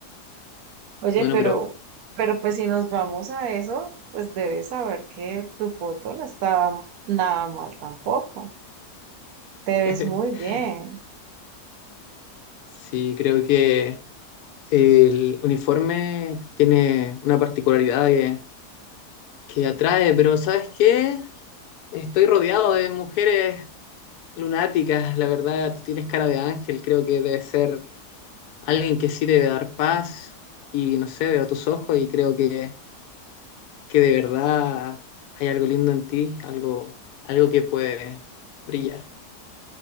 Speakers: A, on the right; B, on the left.
A: Oye,
B: Bueno,
A: pero,
B: pero
A: pero pues si nos vamos a eso, pues debes saber que tu foto no está nada mal tampoco. Te ves
B: <laughs>
A: muy bien.
B: sí, creo que El uniforme tiene una particularidad que, que atrae, pero ¿sabes qué? Estoy rodeado de mujeres lunáticas, la verdad, tú tienes cara de ángel, creo que debe ser alguien que sí debe dar paz y no sé, veo tus ojos y creo que, que de verdad hay algo lindo en ti, algo, algo que puede brillar